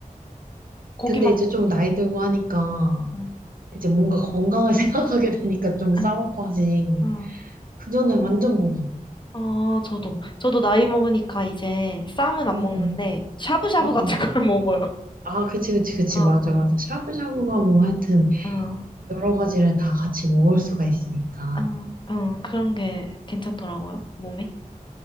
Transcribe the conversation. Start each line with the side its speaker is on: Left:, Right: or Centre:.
Left: 고기만
Right: 근데 이제
Left: 먹었어요.
Right: 좀 나이 들고 하니까
Left: 음.
Right: 이제 뭔가 건강을 <laughs> 생각하게 되니까 좀 싸먹고
Left: 응,
Right: 하지.
Left: 응.
Right: 그전에 완전 고기.
Left: 아, 저도. 저도 나이 먹으니까 이제 쌈은 안
Right: 응응.
Left: 먹는데, 샤브샤브
Right: 응응.
Left: 같은 걸 <laughs> 먹어요.
Right: 아, 그치, 그치, 그치.
Left: 어,
Right: 맞아,
Left: 어,
Right: 맞아. 샤브샤브가 뭐 하여튼
Left: 어,
Right: 여러 가지를 다 같이 먹을 수가 있으니까.
Left: 어, 어, 그런 게 괜찮더라고요, 몸에.